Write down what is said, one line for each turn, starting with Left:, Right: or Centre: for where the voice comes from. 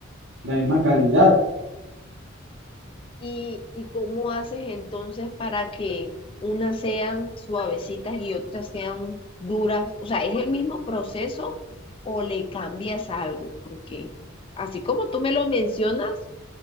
Right: la misma calidad.
Left: ¿Y, y cómo haces entonces para que unas sean suavecitas y otras sean duras? O sea, ¿es el mismo proceso o le cambias algo? Porque así como tú me lo mencionas,